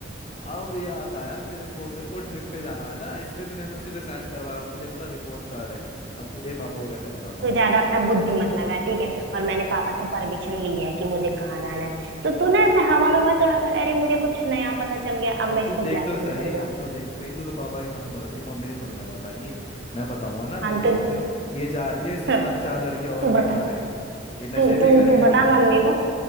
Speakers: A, on the left; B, on the right.
A: अब याद आया मेरे को तेरे को ट्रिप पे जाना है ना इसलिए तूने एनओसी पे साइन करवाया और मुझे बोला रिपोर्ट कार्ड है अब तू दे पापा को कैसे बताता हूँ
B: तू ज्यादा अपना बुद्धि मत लगा ठीक है और मैंने पापा से परमिशन ली है कि मुझे कहाँ जाना है तो तू ना ऐसे हवा में मत उड़ा कर अरे मुझे कुछ नया पता चल गया अब
A: अब
B: मैं इसको
A: तू देख
B: ब्लैकमेल
A: तो सही
B: करूंगा
A: अब तो देख तो सही तू तो पापा के कान भर देगी मम्मी के थोड़ी ना भर पाएगी मैं बताऊंगा ना मम्मी
B: हाँ
A: इस-
B: तो
A: ये जा रही है इसके
B: <laughs>
A: साथ चार लड़के और
B: तू
A: भी
B: बता
A: जा रहे हैं ये नशे
B: तू
A: भी
B: तू
A: करेंगे
B: तू बता
A: वहां पे
B: मम्मी को